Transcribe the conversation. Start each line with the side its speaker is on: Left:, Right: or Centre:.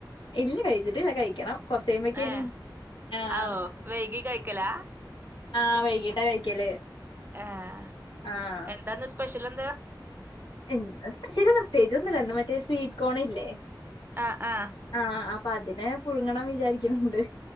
Left: ഇല്ല കഴിച്ചിട്ടില്ല കഴിക്കണം. കൊറച്ച് കഴിയുമ്പഴേക്കേനും
Right: ഏഹ്
Left: ആഹ്
Right: ആവോ വൈകി കഴിക്കലാ?
Left: ആഹ് വൈകിട്ടാ കഴിക്കല്.
Right: ആഹ്
Left: ആഹ്
Right: എന്താന്ന് സ്പെഷ്യലെന്താ?
Left: ഇന്ന് സ്പെഷ്യല് പ്രത്യേകിച്ചൊന്നൂല്ല ഇന്ന് മറ്റേ സ്വീറ്റ് കോണില്ലേ.
Right: ആഹ് ആഹ്
Left: ആഹ് അപ്പതിനെ പുഴുങ്ങണം വിചാരിക്ക്ണ് ണ്ട്.